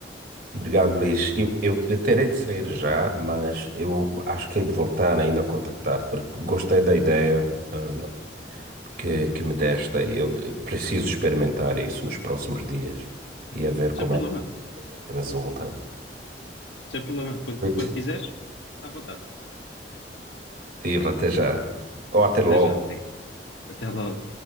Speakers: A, on the right; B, on the left.
A: Obrigado, Luís. Eu, eu, eu terei de sair já, mas eu acho que hei de voltar ainda a contactar-te, porque gostei da ideia, ah, que, que me deste e eu eh, preciso experimentar isso nos próximos dias e a ver como
B: Sem problema,
A: é que resulta.
B: sem problema. Quando,
A: Isso.
B: quando quiseres, à vontade.
A: Viva, até já. Ou até logo.
B: Até já, obrigado. Até logo.